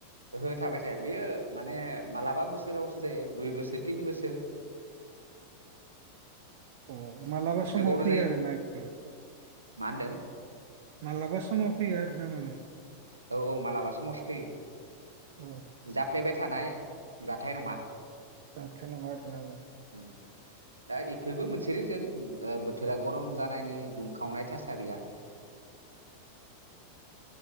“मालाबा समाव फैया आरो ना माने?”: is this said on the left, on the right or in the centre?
Right